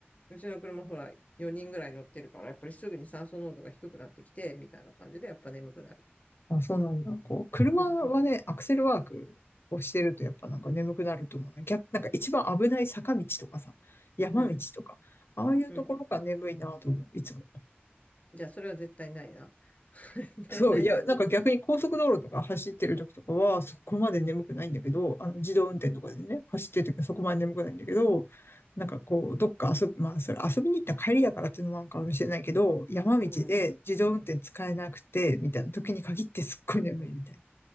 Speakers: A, on the left; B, on the left.
A: うちの車ほら、4人ぐらい乗ってるから、やっぱりすぐに酸素濃度が低くなってきて、みたいな感じで、やっぱ眠くなる。
B: あ、そうなんだ。こう、車はね、
A: うん。
B: アクセルワークをしてるとやっぱなんか眠くなると思うな。逆、なんか一番危ない坂道とかさ、山道とか、
A: うん。
B: ああいうところが眠いなと思う、
A: うん。
B: いつも。
A: じゃあ、それは絶対ないな。<laughs> 絶対ないけど。
B: そう、いや、なんか逆に高速道路とか走ってる時とかは、そこまで眠くないんだけど、あの、自動運転とかでね、走ってる時はそこまで眠くないんだけど、なんかこう、どっか遊び、まあ、それ遊びに行った帰りだからっていうのもあるかもしれないけど、山道で自動運転使えなくて、
A: うん。
B: みたいな時に限ってすっごい眠いみたいな。